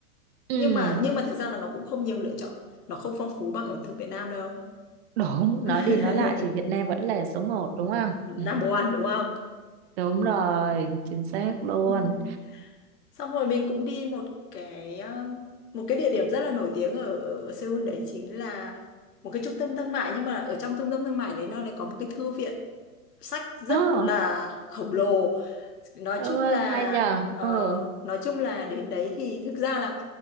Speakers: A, on the right; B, on the left.
A: ừ.
B: nhưng mà nhưng mà thực ra là nó cũng không nhiều lựa chọn nó không phong phú bằng ẩm thực Việt Nam đâu
A: đúng nói
B: <laughs>
A: đi nói lại thì Việt Nam vẫn là số một đúng không
B: Number
A: ừ.
B: one đúng không
A: đúng rồi chính xác luôn
B: <laughs> xong rồi mình cũng đi một cái um, một cái địa điểm rất là nổi tiếng ở, ở Seoul đấy chính là một cái trung tâm thương mại nhưng mà ở trong trung tâm thương mại đấy nó lại có một cái thư viện sách rất
A: đó
B: là khổng lồ nói
A: ông
B: chung
A: ơi
B: là
A: hay nhờ
B: ờ,
A: ừ
B: nói chung là đến đấy thì thực ra là